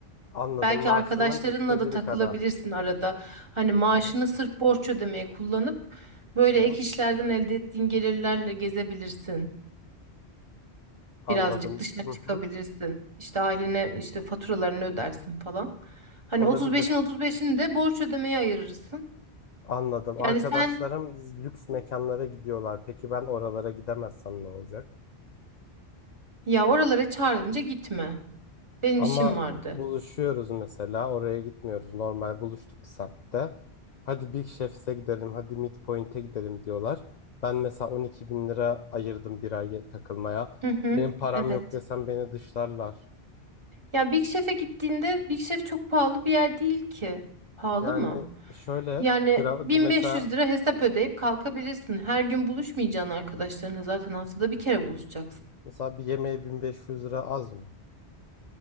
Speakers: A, on the left (about 55°); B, on the right (about 25°).
A: Anladım.
B: Belki
A: Maaşımın
B: arkadaşlarınla
A: üçte
B: da
A: biri
B: takılabilirsin
A: kadar.
B: arada. Hani maaşını
A: Hı hı.
B: sırf borç ödemeye kullanıp böyle
A: Hı
B: ek
A: hı.
B: işlerden elde ettiğin gelirlerle gezebilirsin.
A: Anladım.
B: Birazcık dışarı
A: Hı
B: çıkabilirsin.
A: hı.
B: İşte ailene işte faturalarını ödersin falan. Hani
A: Olabilir.
B: 35'in 35'ini de borç ödemeye ayırırsın.
A: Anladım. Arkadaşlarım
B: Yani sen
A: lüks mekanlara gidiyorlar. Peki ben oralara gidemezsem ne olacak?
B: ya oralara çağrılınca gitme. Benim
A: Ama
B: işim vardı.
A: buluşuyoruz mesela. Oraya gitmiyoruz. Normal buluştuk semtte. Hadi Big Chef's'e gidelim. Hadi Midpoint'e gidelim diyorlar. Ben mesela 12 bin lira ayırdım bir ay takılmaya.
B: Hı hı,
A: Benim param
B: evet.
A: yok desem beni dışlarlar.
B: Ya Big Chef'e gittiğinde Big Chef çok pahalı bir yer değil ki. Pahalı
A: Yani
B: mı?
A: şöyle
B: Yani
A: gra-
B: 1500
A: mesela
B: lira hesap ödeyip kalkabilirsin. Her gün buluşmayacaksın arkadaşlarınla zaten haftada bir kere buluşacaksın.
A: mesela bir yemeğe 1500 lira az mı?